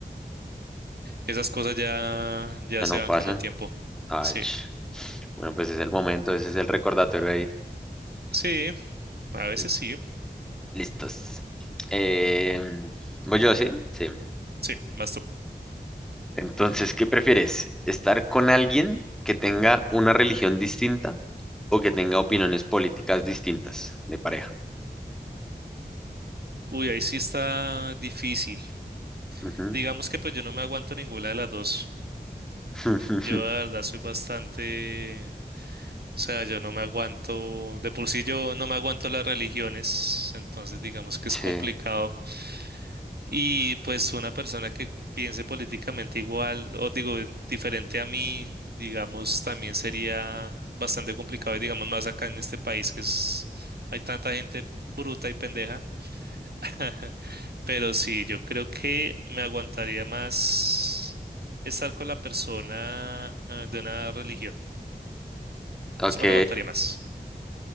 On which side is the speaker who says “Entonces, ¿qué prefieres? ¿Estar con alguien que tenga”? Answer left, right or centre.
Centre